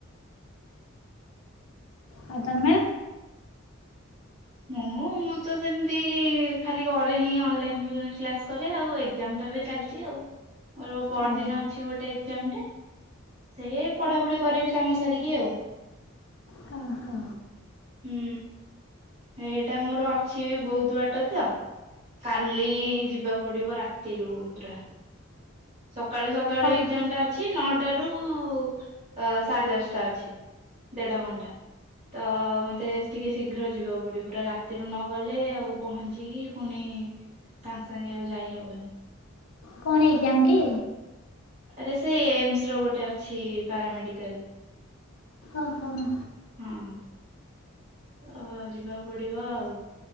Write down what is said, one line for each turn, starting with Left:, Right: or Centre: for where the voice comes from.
Left: ଆଉ ତୋମେ
Right: ମୁଁ ମୁଁ ତ ସେମିତି ଖାଲି ଘରେ ହିଁ ଅନଲାଇନ୍ କି-କ୍ଲାସ୍ କରେ ଆଉ ଏକ୍ଜାମ୍ ତ ଏବେ ଚାଲି ଚି ଆଉ ମୋର ପରଦିନ
Left: ଓହୋ।
Right: ଅଛି ଗୋଟେ ଏକ୍ଜାମ୍ ଟେ। ସେ ପଢାପଢି କରିବି କାମ ସାରିକି ଆଉ।
Left: କହ।
Right: ହୁଁ ଏଇଟା ମୋର ଅଛି ବହୁତ ବାଟ ତ। କାଲି ଯିବାକୁ ପଡିବ ରାତିରୁ ପୁରା। ସକାଳୁ ସକାଳୁ
Left: ଓହୋ
Right: ଏକ୍ଜାମ ଟା ଅ ଛି ନଅ ଟା ରୁ ଅ, ସାଢ଼େ ଦଶଟା ଅଛି ଦେଢ ଘଣ୍ଟା। ତ ମୋତେ ଟିକେ ଶୀଘ୍ର ଯିବାକୁ ପଡିବ। ପୁରା ରାତିରୁ ନଗଲେ ଆଉ ପହଞ୍ଚିକି ପୁଣି ସାଙ୍ଗେ ସାଙ୍ଗେ ଆଉ ଯାଇ ହବନି।
Left: କଣ ଏଗ୍ଜାମ୍ କି?
Right: ଆରେ ସେଇ ଏମ୍ସ୍ ର ଗୋଟେ ଅଛି ପାରାମେଡିକାଲ୍।
Left: ଓ ହଁ।
Right: ହଁ। ଓ ଯିବାକୁ ପଡିବ ଆଉ